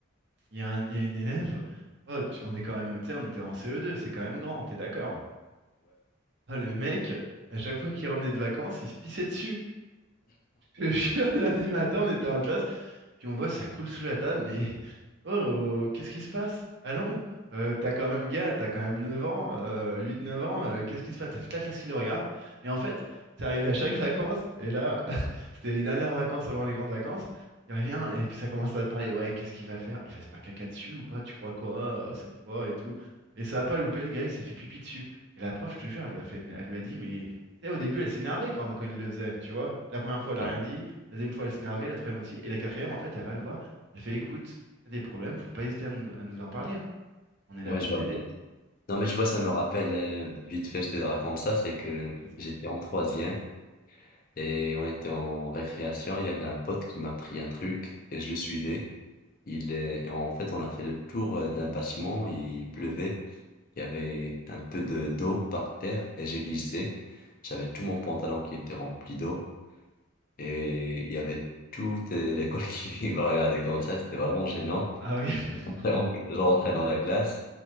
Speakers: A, on the right; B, on the left.
A: il y a un- il y a une élève. Oh, tu- on est quand même, tu sais, on était en CE2, c'est quand même grand, t'es d'accord? Ah, le mec, à chaque fois qu'il revenait de vacances, il se pissait dessus. Le chien, <laughs> lundi matin, on était en classe. Puis on voit ça coule sous la table, mais <laughs> oh, oh, qu'est-ce qui se passe? Allons, euh, t'as quand même gars, t'as quand même 9 ans, euh, 8-9 ans, euh, qu'est-ce qui se passe? T'as toute la classe qui le regarde. Et en fait, c'est arrivé à chaque vacances, et là, <laughs> c'était les dernières vacances avant les grandes vacances. Il revient, et puis ça commence à parler, ouais, qu'est-ce qu'il va faire? Il va se faire caca dessus ou pas? Tu crois quoi, euh, cette fois et tout? Et ça a pas loupé, le gars, il s'est fait pipi dessus. Et la prof, je te jure, elle lui a fait une- elle lui a dit, mais tu sais, au début, elle s'énervait quand, quand il le faisait, tu vois. La première fois, elle
B: ouais,
A: a rien dit. La deuxième fois, elle s'est énervée, la troisième aussi. Et la quatrième, en fait, elle va le voir. Elle fait, écoute, si t'as des problèmes, faut pas hésiter à nous, à nous en parler, hein. On est là
B: Ouais,
A: pour
B: je vois
A: t'aider.
B: bien. Non, mais tu vois, ça me rappelle, euh, vite fait, je te raconte ça, c'est que
A: Vas-y.
B: j'étais en troisième. Et on était en récréation, il y avait un pote qui m'a pris un truc et je le suivais. Il est... et En fait, on a fait le tour euh, d'un bâtiment, il pleuvait, il y avait un peu de d'eau par terre et j'ai glissé. J'avais tout mon pantalon qui était rempli d'eau et il y avait toute euh, l'école <laughs> qui me regardait comme ça, c'était vraiment gênant.
A: Ah oui. <laughs>
B: Je rentrais, en- je rentrais dans la classe